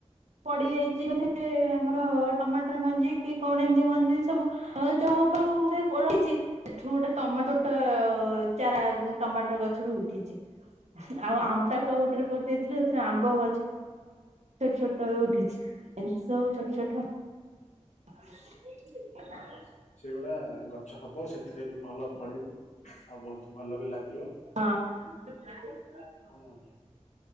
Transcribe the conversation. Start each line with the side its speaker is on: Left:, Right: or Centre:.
Right: ପଡିଯାଇଚି ବୋଧେ ଆମର ଟମାଟର ମଞ୍ଜି କି କଣ ଏମିତି ମଞ୍ଜି ସବୁ ଅ, ଚ- ହାପେ ଉ, ଉଠେ ପ-ରହିଛି। ସେଠୁ ଗୋଟେ ଟମାଟ ଟ- ଚାରା ଗୁ-ଟମାଟର ଗଛ ବି ଉଠିଛି। ଆଉ ଆମ୍ବଟା କୁ ଆଉ ଗୋଟେରେ ପ ଦେଇଥିଲୁ ସେଥିରେ ଆମ୍ବ ଗଛ ସେ ଛୋଟ ଳୁ ଉଠିଛି ଏମ୍ ସବୁ ଛୋଟ ଛୋଟ। <inaudible>
Left: ହୁଁ ସେଗୁଡା ଗଛ ହବ ସେଥିରେ ବି ଭଲ ଫଳିବ। ଆଉ ବହୁତ ଭଲ ବି ଲାଗିବ।
Right: ହଁ।
Left: ଅଁ, ହଁ।